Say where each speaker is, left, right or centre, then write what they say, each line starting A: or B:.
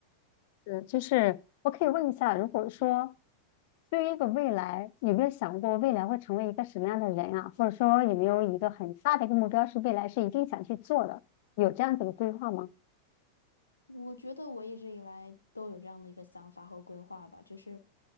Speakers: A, on the left (about 50°); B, on the left (about 80°).
A: 嗯，就是我可以问一下，如果说对于一个未来，有没有想过未来会成为一个什么样的人啊？或者说有没有一个很大的一个目标是未来是一定想去做的？有这样子的规划吗？
B: 我觉得我一直以来都有这样的一个想法和规划吧，就是